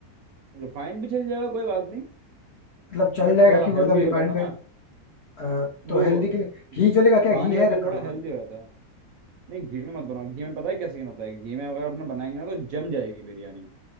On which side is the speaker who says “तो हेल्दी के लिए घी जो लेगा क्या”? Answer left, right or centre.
Left